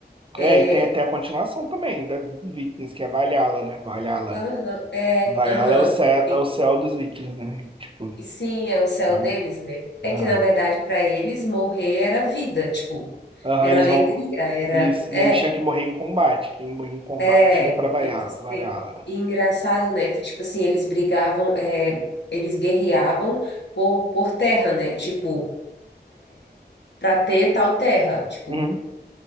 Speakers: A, on the left; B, on the right.
A: É,
B: É, e tem até a continuação também da dos Vikings, que é Valhalla, né? Valhalla.
A: aham, é,
B: Valhalla
A: aham.
B: é o céu,
A: sim.
B: é o céu dos Vikings, né? Tipo,
A: E Sim, é o céu
B: vai.
A: deles, né? É
B: Aham.
A: que, na verdade, para eles, morrer era vida, tipo,
B: Aham,
A: era
B: eles
A: alegria,
B: vão.
A: era,
B: Isso.
A: é.
B: E eles tinham que morrer em combate. Quem morria em combate
A: É,
B: ia pra Valhalla.
A: tinha que
B: Valhalla.
A: ser. E engraçado, né, que, tipo assim, eles brigavam, é, eles guerreavam por, por terra, né, tipo, pra ter tal terra, tipo,
B: Uhum.